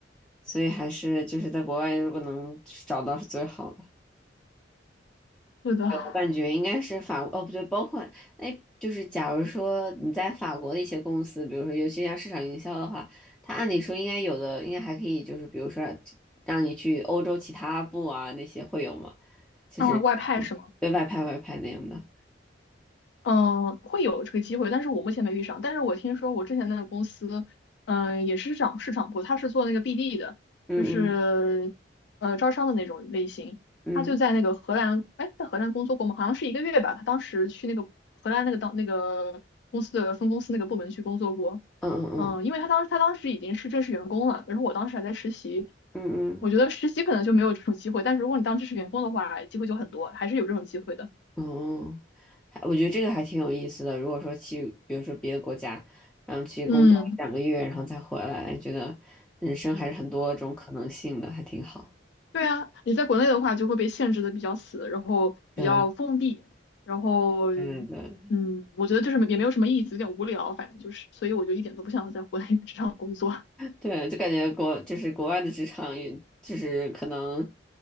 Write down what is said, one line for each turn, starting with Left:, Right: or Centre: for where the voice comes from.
Centre: 所以还是就是在国外如果能找到是最好的。
Left: 是的，
Centre: 对我感觉应该是法国，哦不对，包括哎，就是假如说你在法国的一些公司，比如说尤其像市场营销的话，它按理说应该有的应该还可以，就是比如说让你去欧洲其他部啊那些会有吗？就是
Left: 啊，外派是吗？
Centre: 对外派外派那样的。
Left: 嗯，会有这个机会，但是我目前没遇上。但是我听说我之前那个公司，嗯、也是涨市场部，他是做那个 BD 的，
Centre: 嗯
Left: 就是呃招商的那种类型。
Centre: 嗯嗯
Left: 他就在那个荷兰，哎，在荷兰工作过吗？好像是一个月吧。他当时去那个荷兰那个当那个公司的分公司那个部门去工作过。
Centre: 嗯嗯
Left: 嗯，因为他当时他当时已经是正式员工了，然后我当时还在实习。
Centre: 嗯嗯
Left: 我觉得实习可能就没有这种机会，但是如果你当正式员工的话，机会就很多，还是有这种机会的。
Centre: 哦，还我觉得这个还挺有意思的。如果说去，比如说别的国家，然后去工作两个月，
Left: 嗯。
Centre: 然后再回来，觉得人生还是很多种可能性的，还挺好。
Left: 对啊，你在国内的话就会被限制的比较死，然后比较封闭，
Centre: 对
Left: 然后
Centre: 对对对，
Left: 嗯，我觉得就是也没有什么意思，有点无聊，反正就是，所以我就一点都不想在国内职场工作，
Centre: 对就感觉国就是国外的职场也，就是可能，